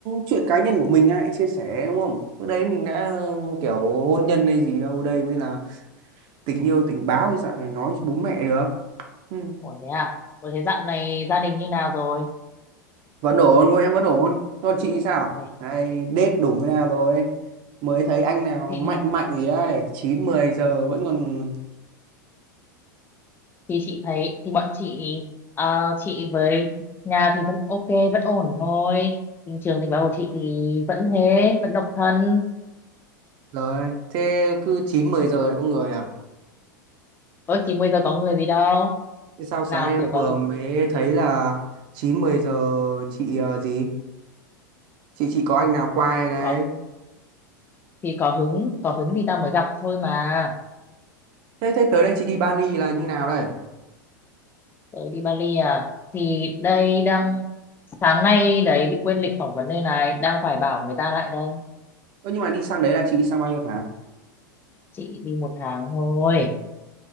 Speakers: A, on the right; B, on the left.
A: chuyện cá nhân của mình ai chia sẻ đúng không? Bữa đấy mình đã kiểu hôn nhân hay gì đâu, đây mới là tình yêu tình báo thì sao lại nói cho bố mẹ được. Ừ.
B: Ủa thế à Ủa thế dạo này gia đình như nào rồi
A: Vẫn ổn, mỗi em vẫn ổn. Còn chị sao?
B: thế,
A: Ai đết đúng với nào rồi? Mới thấy anh nào
B: thì
A: mạnh mạnh gì đấy, 9 10 giờ vẫn còn
B: thì chị thấy thì bọn chị ờ, chị với nhà thì vẫn ok vẫn ổn thôi tình trường tình báo của chị thì vẫn thế vẫn độc thân
A: rồi. Thế cứ 9 10 giờ lại có người à?
B: ơ chị bây giờ có người gì đâu
A: Thế sao sáng
B: nào
A: em
B: kiểu có
A: vừa
B: hứng
A: mới thấy là 9 10 giờ chị ờ, gì? Chị chị có anh nào qua đây đấy?
B: có thì có hứng có hứng thì ta mới gặp thôi mà
A: Thế thế tới đây chị đi Bali là như nào đây?
B: tớ đi Bali à thì đây đang sáng nay đấy bị quên lịch phỏng vấn đây này đang phải bảo người ta lại đây
A: Ơ nhưng mà đi sang đấy là chị đi sang bao nhiêu tháng?
B: chị đi một tháng thôi